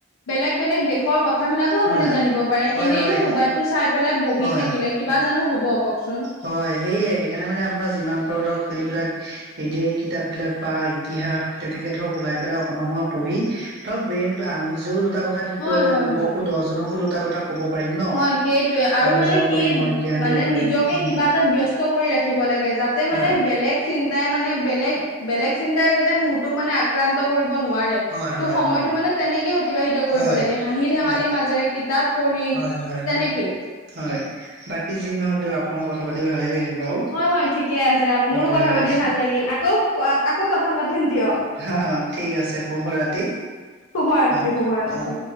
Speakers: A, on the left; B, on the right.
A: বেলেগ বেলেগ দেশৰ ক কথাবিলাকো আপুনি
B: হয়
A: জানিব পাৰে
B: হয়
A: এনেইনো
B: হয়
A: মোবাইলটো চাই পেলাই বহি
B: হয়
A: থাকিলে কিবা জানো হ'ব কওক চোন
B: হয় সেয়ে সেইকাৰণে মানে আপোনাৰ যিমান পাৰো ধৰক এইবিলাক এ যে এই কিতাপ বিলাক বা ইতিহাস তেনেকে ধৰক ওলাই পেলাই অকনমান সময় পঢ়ি ধক ব্ৰেইনটো আহ নিজেও দুটা কথা শিকিব
A: হয়
B: পাৰি
A: হয়
B: লোককো
A: হয়
B: দহজনকো দুটা কথা ক'ব পাৰিম ন
A: হয় সেইটোয়ে আৰু
B: বা বুজাব
A: মানে কি
B: পাৰিম হয় জ্ঞান
A: মানে
B: দিব পাৰিম
A: নিজকে
B: উম
A: কিবা এটাত ব্যস্ত কৰি ৰাখিব লাগে যাতে মানে
B: হয়
A: বেলেগ চিন্তাই মানে বেলেগ বেলেগ চিন্তাই যাতে মূৰটোক মানে আক্ৰান্ত কৰিব নোৱাৰে
B: হয়
A: ত'
B: হয়
A: সময়তো
B: হয়
A: মানে তেনেকেই অতিবাহিত কৰিব
B: হয়
A: লাগে হাঁহি ধেমালিৰ
B: হয়
A: মাজেৰে কিতাপ পঢ়ি
B: হয় হয়
A: তেনেকেই
B: হয় বাকি যি নহওক দিয়ক আপোনালোকৰ কথা পাতি ভালে লাগিল বাৰু
A: হয় হয় ঠিকে আছে
B: হয়
A: মোৰো কথা
B: হয়
A: পাতি ভাল লাগিল আকৌ আকৌ কথা পাতিম দিয়ক
B: হা হা ঠিক আছে শুভ ৰাতি
A: শুভৰাত্ৰি
B: অ
A: শুভৰাত্ৰি
B: অ